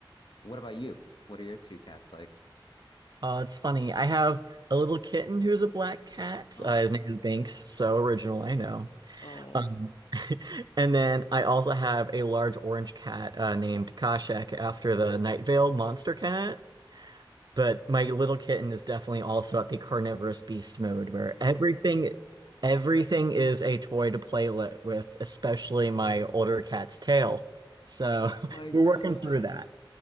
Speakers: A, on the left (about 65°); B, on the right (about 55°).
A: What about you? What are your two cats like?
B: Uh, it's funny. I have a little kitten who's a black cat.
A: Oh,
B: Uh, his name is Binks. So original, I know.
A: oh,
B: Um, <laughs> and then I also have a large orange cat uh, named Kashek after the Night Vale monster cat. But my little kitten is definitely also at the carnivorous beast mode where everything everything is a toy to play li- with, especially my older cat's tail. So
A: oh my
B: <laughs>
A: God.
B: we're working through that.